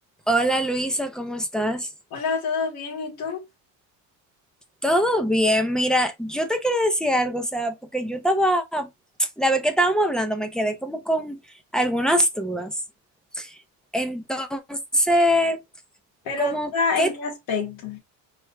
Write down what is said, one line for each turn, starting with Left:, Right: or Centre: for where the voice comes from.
Centre: Hola Luisa, ¿cómo estás?
Left: Hola, ¿todo bien? ¿Y tú?
Centre: Todo bien, mira, yo te quería decir algo, o sea, porque yo estaba, la vez que estábamos hablando, me quedé como con algunas dudas. Entonces,
Left: Pero
Centre: como
Left: duda
Centre: que,
Left: en qué aspecto.